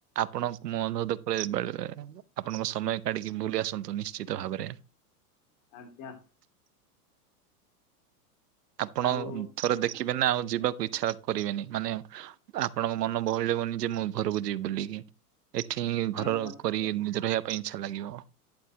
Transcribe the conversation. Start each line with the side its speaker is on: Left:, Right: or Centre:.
Right: ଆପଣଙ୍କୁ ମୁଁ ଅନୁରୋଧ କରେ ବେଳେବେଳେ ଆପଣଙ୍କ ସମୟ କାଢିକି ବୁଲି ଆସନ୍ତୁ ନିଶ୍ଚିତ ଭାବରେ।
Left: ଆଜ୍ଞା।
Right: ଆପଣ
Left: ଆଉ
Right: ଥରେ ଦେଖିବେ ନା ଆଉ ଯିବାକୁ ଇଚ୍ଛା କରିବେନି ମାନେ। ଆପଣଙ୍କ ମନ ବହିଳିବନି ଯେ ମୁଁ ଘରକୁ ଯିବି ବୁଲିକି। ଏଠିି
Left: ଆଜ୍ଞା
Right: ଘର
Left: ମତେ
Right: କରି ନିଜେ ରହିବା ପାଇଁ ଇଚ୍ଛା ଲାଗିବ।